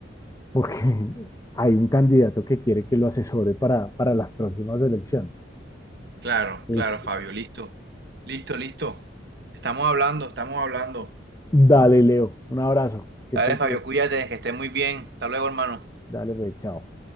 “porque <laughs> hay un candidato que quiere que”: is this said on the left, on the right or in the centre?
Left